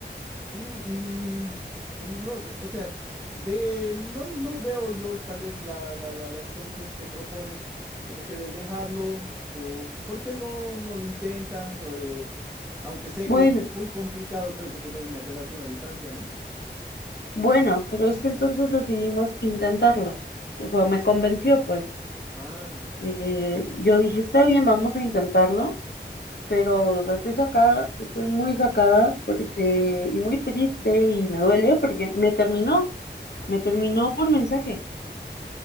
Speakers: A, in the centre; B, on the left.
A: No, y no, o sea, de no, no lo veo yo tal vez la, la, la, la solución que propones, como que de dejarlo, o por qué no, no lo intentan, O de- aunque sé
B: Bueno,
A: que es muy complicado, creo que tener una relación a distancia, ¿no?
B: bueno, pero es que entonces decidimos intentarlo. O sea, me convenció, pues.
A: Ah,
B: Eh, yo dije, está bien, vamos a intentarlo, pero o sea, estoy sacada, estoy muy sacada porque, y muy triste y me duele porque me terminó, me terminó por mensaje.